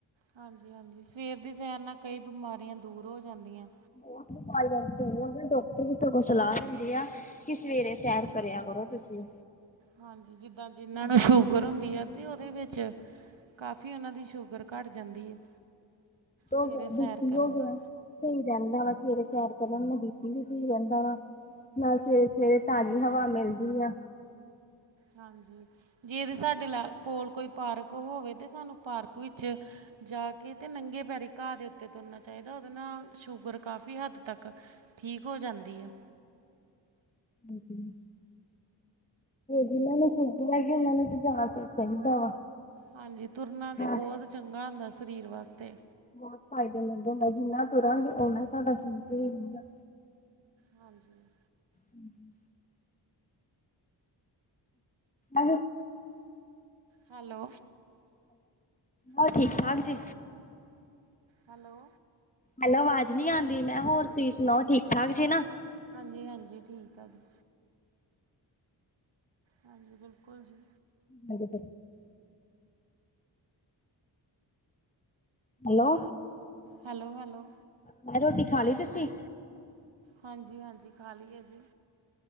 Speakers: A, on the right; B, on the left.
A: ਹਾਂਜੀ- ਹਾਂਜੀ ਸਵੇਰ ਦੀ ਸੈਰ ਨਾਲ ਕਈ ਬਿਮਾਰੀਆਂ ਦੂਰ ਹੋ ਜਾਂਦੀਆਂ।
B: ਉਹ ਬਿਮਾਰੀਆਂ ਡਾਕਟਰ ਵੀ ਸੋਂ ਸਲਾਹ ਦਿੰਦੇ ਆ। ਕਿ ਸਵੇਰੇ ਸੈਰ ਕਰਿਆ ਕਰੋ ਤੁਸੀਂ।
A: ਹਾਂਜੀ, ਜਿੱਦਾਂ ਜਿਨਾਂ
B: ਹਾਂਜੀ।
A: ਨੂੰ ਸ਼ੂਗਰ ਹੁੰਦੀ ਆ। ਅਤੇ ਉਹਦੇ ਵਿੱਚ ਕਾਫੀ ਉਹਨਾਂ ਦੀ ਸ਼ੂਗਰ ਘੱਟ ਜਾਂਦੀ ਹੈ।
B: ਜੋ
A: ਸਵੇਰੇ
B: ਕਹਿੰਦੀ
A: ਸੈਰ
B: ਸੋ
A: ਕਰਨ
B: ਹੋ
A: ਨਾਲ
B: ਗਿਆ। ਸਹੀ ਰਹਿੰਦਾ ਵਾ ਸਵੇਰੇ ਸੈਰ ਚਣ ਮ ਬੀਪੀ ਵੀ ਸਹੀ ਰਹਿੰਦਾ ਵਾ। ਨਾਲੇ ਸਵੇਰੇ- ਸਵੇਰੇ ਤਾਜ਼ੀ ਹਵਾ ਮਿਲਦੀ ਆ।
A: ਹਾਂਜੀ, ਜੇਦੇ ਸਾਡੇ ਲਾ ਕੋਲ ਕੋਈ। ਪਾਰਕ ਹੋਵੇ ਤੇ ਸਾਨੂੰ ਪਾਰਕ ਵਿੱਚ ਜਾ ਕੇ ਤੇ ਨੰਗੇ ਪੈਰੀ ਘਾਹ ਦੇ ਤੇ ਤੁਰਨਾ ਚਾਹੀਦਾ। ਉਹਦੇ ਨਾਲ ਸ਼ੂਗਰ ਕਾਫ਼ੀ ਹੱਦ ਤੱਕ ਠੀਕ ਹੋ ਜਾਂਦੀ ਹੈ
B: ਹਾਂਜੀ। ਜਿਹਨਾਂ ਨੂੰ ਸੁਗਰ ਲੈ ਗ ਉਹਨਾਂ ਨੂੰ ਤੇ ਜਾ ਕੇ ਚਾਹੀਦਾ ਵਾ।
A: ਹਾਂਜੀ, ਤੁਰਨਾ ਤਾਂ
B: ਹਾਂ
A: ਬਹੁਤ ਚੰਗਾ ਹੁੰਦਾ ਸਰੀਰ ਵਾਸਤੇ।
B: ਬਹੁਤ ਫਾਇਦੇਮੰਦ ਹੁੰਦਾ ਜਿੰਨਾ ਤੁਰਾਂਗੇ ਉਨਾ ਹੀ ਸਾਡਾ ਸਰੀਰ ਸਹੀ ਰਹਿੰਦਾ।
A: ਹਾਂਜੀ।
B: ਹਮ। ਅ
A: ਹੈਲੋ,
B: ਹੋਰ
A: ਹਾਂਜੀ-
B: ਠੀਕ ਠਾਕ
A: ਹਾਂਜੀ
B: ਜੀ
A: ਹੈਲੋ,
B: ਹੈਲੋ, ਆਵਾਜ਼ ਨੀ ਆਉਂਦੀ ਮੈਂ ਹੋਰ ਤੁਸੀਂ ਸੁਣਾਓ ਠੀਕ- ਠਾਕ ਜੇ ਨਾ।
A: ਹਾਂਜੀ- ਹਾਂਜੀ ਠੀਕ ਆ ਜੀ। ਹਾਂਜੀ, ਬਿਲਕੁਲ ਜੀ।
B: ਅ <unintelligible> ਹੈਲੋ,
A: ਹੈਲੋ, ਹੈਲੋ,
B: ਮੈਂ ਰੋਟੀ ਖਾ ਲਈ ਤੁਸੀਂ?
A: ਹਾਂਜੀ-ਹਾਂਜੀ, ਖਾਲੀ ਹੈ ਜੀ,